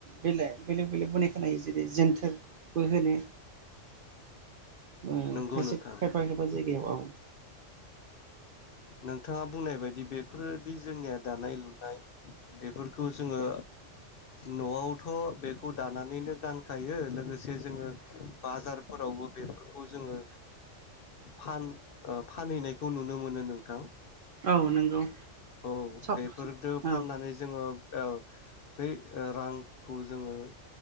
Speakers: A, on the right (about 55°); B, on the left (about 55°).
A: बेले बेलेग बेलेग बुनाय खोनायो जेरै जोन्थोर बो होनो खायसे
B: नंगौ नोंथां
A: खायफा खायफा जायगायाव औ
B: नोंथाङा बुंनाय बायदि बेफोरदि जोंनिया दानाय लुनाय बेफोर खौ जोङो न'आव थ' बेखौ दानानैनो गानखायो लोगोसे जोङो बाजारफोरावबो बेफोरखौ जोङो फानहैनाय खौ नुनो मोनो नोंथां
A: औ नंगौ
B: औ
A: सब
B: बेफोरजों फाननानै
A: औ
B: जोङो औ बै रांखौ जोङो